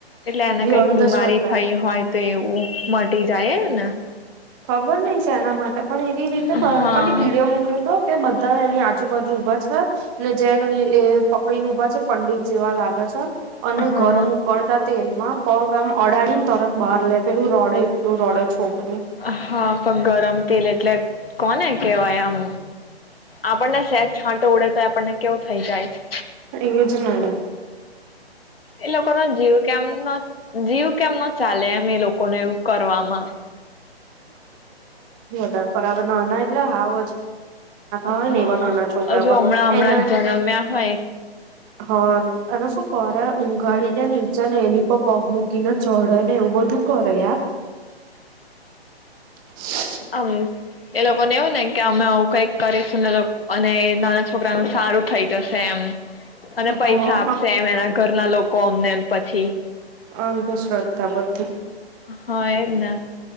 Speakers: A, on the left; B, on the right.
A: એટલે એને કઈક
B: અંધશ્રદ્ધા
A: બીમારી થઈ હોય તો એવું મટી <unintelligible> એમ ને
B: ખબર નહ છે એના માટે પણ એવી રીતે
A: હા
B: ખાલી વિડીયો મૂક્યો હતો કે બધા એની આજુબાજુ ઊભા ને જેને એ પકડીને ઉભા છે પંડિત જેવા લાગે છે અને
A: હા
B: ગરમ ઉકળતા તેલ માં પગ આમ અડાડીને તરત બહાર લે પેલું રડે એટલું રડે છોકરી
A: હા પણ ગરમ તેલ એટલે કોને કેવાય આમ આપણને સેજ છાંટો ઉડે તો આપણને કેવું થઈ જાય છે
B: એજને
A: એ લોકો ના જીવ કેમનો જીવ. કેમનો ચાલે એમ એ લોકોને એવું કરવા. માં.
B: <unintelligible> નાતા હોય
A: હા
B: ને એવા નાના છોકરા
A: હજુ
B: પર
A: હમણાં હમણાં
B: એને
A: જન્મ્યા હોય
B: હ એને શું કર ઊઘાડી. નીચે ને એની પર પગ મૂકીને ચઢે ને એવું બધું કરે યાર. <inaudible>
A: આમ એ લોકોને એવું ને કે અમે આવું કઈક કરીશું ને લોકો અને નાના છોકરાનું સારું થઈ જશે એમ. અને પૈસા
B: હા
A: આપશે એમ એના ઘરના લોકો અમને. પછી.
B: અંધંધશ્રદ્ધા બધી.
A: હ એજ ને